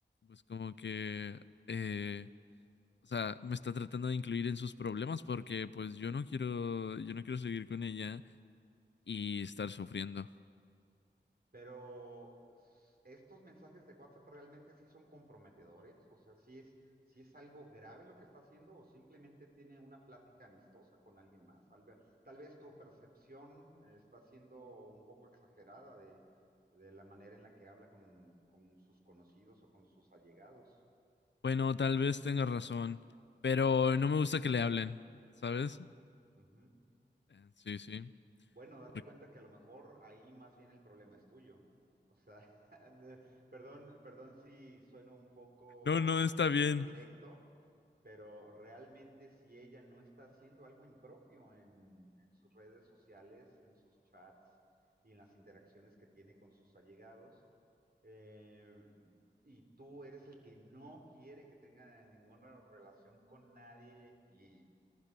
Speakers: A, on the left (about 75°); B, on the right (about 55°).
A: pues como que, eh, o sea, me está tratando de incluir en sus problemas porque pues yo no quiero, yo no quiero seguir con ella y estar sufriendo.
B: Pero s- estos mensajes de WhatsApp realmente sí son comprometedores, o sea, sí es, sí es algo grave lo que está haciendo o simplemente tiene una plática amistosa con alguien más. Tal vez, tal vez tu percepción eh, está siendo un poco exagerada de, de la manera en la que habla con, con sus conocidos o con sus allegados.
A: Bueno, tal vez tenga razón, pero no me gusta que le hablen, ¿sabes?
B: Ujú.
A: Eh, Sí, sí.
B: Bueno, date
A: Porque-
B: cuenta que a lo mejor ahí más bien el problema es tuyo. O sea, <laughs> le- perdón, perdón si sueno un poco
A: No, no está bien.
B: directo, pero realmente si ella no está haciendo algo impropio en, en sus redes sociales, en sus chats y en las interacciones que tiene con sus allegados, eh, y tú eres el que no quiere que tenga ninguna relación con nadie y,